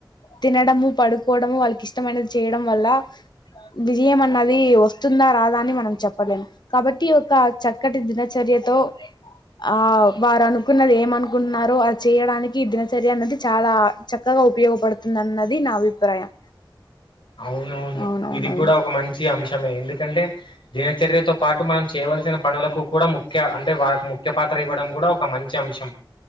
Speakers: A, on the left (about 60°); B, on the left (about 80°).
A: తినడము పడుకోవడము వాళ్ళకిష్టమైనది చేయడం వల్ల విజయం అన్నది వస్తుందా రాదా అని మనం చెప్పలేము కాబట్టి ఒక చక్కటి దినచర్యతో ఆ వారనుకున్నది ఏమనుకుంట్నారో అది చెయ్యడానికి దినచర్య అనేది చాలా చక్కగా ఉపయోగపడుతుందన్నది నా అభిప్రాయం
B: అవునవును
A: అవునవునవును
B: ఇది కూడా ఒక మంచి అంశమే ఎందుకంటే దినచర్యతో పాటు మనం చేయవలసిన పనులకు కూడా ముఖ్య అంటే వాళ్ళక్ ముఖ్యపాత్ర ఇవ్వడం కూడా ఒక మంచి అంశం